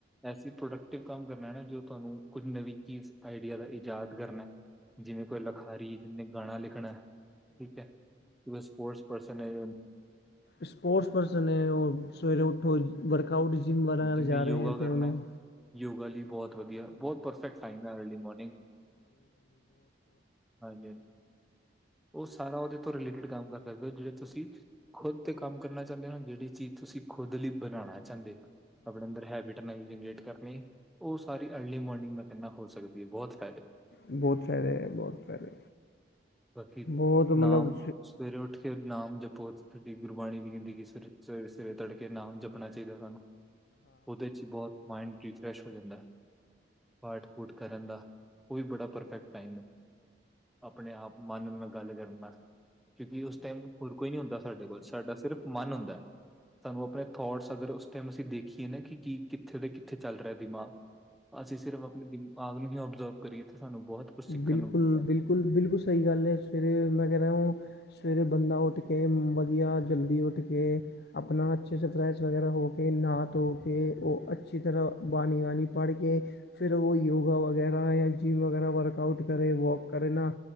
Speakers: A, in the centre; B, on the left.
A: ਐਸੀ ਪ੍ਰੋਡਕਟਿਵ ਕੰਮ ਕਰਨਾ ਨਾ ਜੋ ਤੁਹਾਨੂੰ ਕੁਝ ਨਵੀਂ ਚੀਜ਼ ਆਈਡੀਆ ਦਾ ਇਜਾਦ ਕਰਨਾ। ਜਿਵੇਂ ਕੋਈ ਲਿਖਾਰੀ ਜਿਨੇ ਗਾਣਾ ਲਿਖਣਾ ਠੀਕ ਹੈ ਸਪੋਰਟਸ ਪਰਸਨ ਏ
B: ਸਪੋਰਟਸ ਪਰਸਨ ਹੈ ਉਹ ਸਵੇਰੇ ਉੱਠੋ ਵਰਕ ਆਊਟ ਜਿੰਮ ਵਗੈ
A: ਜਿਹਨੇ
B: ਜਾ
A: ਯੋਗਾ
B: ਰਹੇ ਹੈ
A: ਕਰਨਾ
B: ਤੇ ਉਹਨੂੰ
A: ਯੋਗਾ ਲਈ ਬਹੁਤ ਵਧੀਆ ਬਹੁਤ ਪਰਫੈਕਟ ਟਾਈਮ ਹੈ ਅਰਲੀ ਮੋਰਨਿੰਗ ਹਾਂਜੀ, ਹਾਂਜੀ ਉਹ ਸਾਰਾ ਉਹਦੇ ਤੋਂ ਰਿਲੇਟਿਡ ਕੰਮ ਕਰਦਾ। ਮਤਲਬ ਜਿਹੜੇ ਤੁਸੀਂ ਖੁਦ ਤੇ ਕੰਮ ਕਰਨਾ ਚਾਹੁੰਦੇ ਹੋ ਜਿਹੜੀ ਚੀਜ਼ ਤੁਸੀਂ ਖੁਦ ਲਈ ਬਣਾਉਣਾ ਚਾਹੁੰਦੇ ਹੋ ਆਪਣੇ ਅੰਦਰ ਹੈਬਿਟ ਨਈ ਜਨਰੇਟ ਕਰਨੀ ਉਹ ਸਾਰੀ ਅਰਲੀ ਮੋਰਨਿੰਗ ਕਿੰਨਾ ਹੋ ਸਕਦੀ ਹੈ ਬਹੁਤ ਫਾਇਦੇ
B: ਬਹੁਤ ਸਾਰੇ ਬਹੁਤ ਸਾਰੇ
A: ਬਾਕੀ
B: ਬਹੁਤ ਮਤਲਬ
A: ਨਾਮ ਸਵੇਰੇ ਉੱਠ ਕੇ ਨਾਮ ਜਪੋ ਤੁਹਾਡੀ ਗੁਰਬਾਣੀ ਵੀ ਕਹਿੰਦੀ ਸਵੇਰੇ ਸਵੇਰੇ ਸਵੇਰੇ ਤੜਕੇ ਨਾਮ ਜਪਣਾ ਚਾਹੀਦਾ ਸਾਨੂੰ ਉਹਦੇ ਚ ਹੀ ਬਹੁਤ ਮਾਇੰਡ ਰਿਫਰੈਸ਼ ਹੋ ਜਾਂਦਾ ਪਾਠ ਉਠ ਕਰਨ ਦਾ ਓਹ ਵੀ ਬੜਾ ਪਰਫੈਕਟ ਟਾਈਮ ਐ। ਅਪਣੇ ਆਪ ਮਨ ਨਾਲ ਗੱਲ ਕਰਨਾ। ਕਿਉਂਕਿ ਉਸ ਟੈਮ ਹੋਰ ਕੋਈ ਨੀ ਹੁੰਦਾ ਸਾਡੇ ਕੋਲ, ਸਾਡਾ ਸਿਰਫ ਮਨ ਹੁੰਦੈ। ਸਾਨੂੰ ਅਪਣੇ ਥੋਟਸ ਅਗਰ ਉਸ ਟੈਮ ਅਸੀਂ ਦੇਖੀਏ ਨਾ ਕਿ ਕੀ ਕਿੱਥੇ ਤੇ ਕਿੱਥੇ ਚੱਲ ਰਿਆ ਦਿਮਾਗ। ਅਸੀਂ ਸਿਰਫ਼ ਅਪਣੇ ਦਿਮਾਗ ਨੂੰ ਹੀ ਓਬਜ਼ਰਵ ਕਰੀਏ ਤੇੇ ਸਾਨੂੰ ਬਹੁਤ। ਕੁਝ ਸਿੱਖਣ
B: ਬਿਲਕੁਲ-ਬਿਲਕੁਲ,
A: ਨੂੰ ਮਿਲਦਾ ਹੈ
B: ਬਿਲਕੁਲ ਸਹੀ ਗੱਲ ਐ ਸਵੇਰੇ ਮੈਂ ਕੈ ਰਿਹਾ ਔ ਸਵੇਰੇ ਬੰਦਾ ਉੱਠ ਕੇ, ਵਧੀਆ ਜਲਦੀ ਉੱਠ ਕੇ ਅਪਣਾ ਅੱਛੇ ਸੇ ਫਰੈਸ਼ ਵਗੈਰਾ ਹੋ ਕੇ, ਨਾ ਧੋ ਕੇ, ਓਹ ਅੱਛੀ ਤਰ੍ਹਾਂ ਬਾਣੀ ਵਾਨੀ ਪੜ੍ਹ ਕੇ ਫਿਰ ਓਹ ਯੋਗਾ ਵਗੈਰਾ ਯਾ ਜਿਮ ਵਗੈਰਾ ਵਰਕ ਆਊਟ ਕਰੇ ਵੋਕ ਕਰੇ ਨਾ